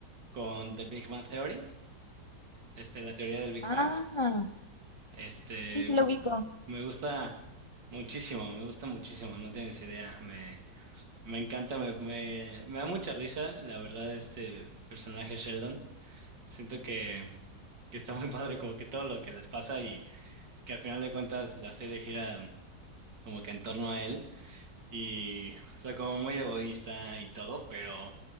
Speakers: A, on the right; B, on the left.
A: con The Big Bang Theory, este, la teoría del Big
B: Ah,
A: Bang. Este,
B: sí, sí,
A: m-
B: lo ubico.
A: me gusta muchísimo, me gusta muchísimo, no tienes idea, me, me encanta, me, me, me da mucha risa, la verdad, este personaje Sheldon. Siento que, que está muy padre como que todo lo que les pasa y que al final de cuentas la serie gira como que en torno a él y, <laughs> o sea, como muy egoísta y todo, pero